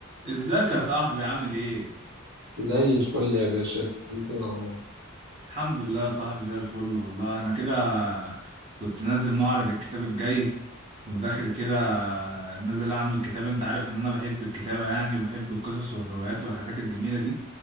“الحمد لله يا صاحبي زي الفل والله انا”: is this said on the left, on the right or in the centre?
Right